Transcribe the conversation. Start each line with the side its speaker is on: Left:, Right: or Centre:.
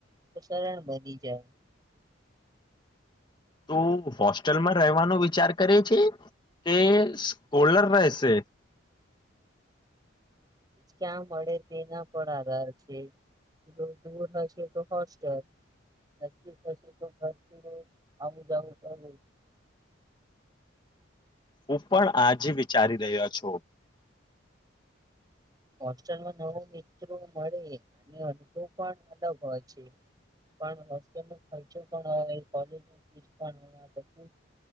Right: તો સરળ બની જાય
Left: તો હોસ્ટેલમાં રહેવાનો વિચાર કરે છે કે સ્કોલર રહેશે
Right: ક્યાં મળે તેના પર આધાર છે જો દૂર હશે તો હોસ્ટલ નજીક હશે તો ઘરથી રોજ આવું જવું કર
Left: હું પણ આજ વિચારી રહ્યો છું
Right: હોસ્ટેલમાં નવો મિત્રો મળે અને અનુભવ પણ અલગ હોય છે પણ હોસ્ટેલ નો ખર્ચો પણ હો કોલેજ ફીસ પણ બવું